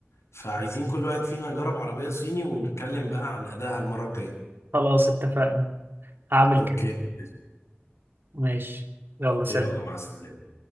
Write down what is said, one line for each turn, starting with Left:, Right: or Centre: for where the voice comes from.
Left: فعايزين كل واحد فينا يجرب عربية صيني ونتكلم بقى عن أدائها المرة الجاية
Right: خلاص اتفقنا هعمل
Left: اوكي
Right: كده ماشي يلا سلام
Left: يلا مع السلامة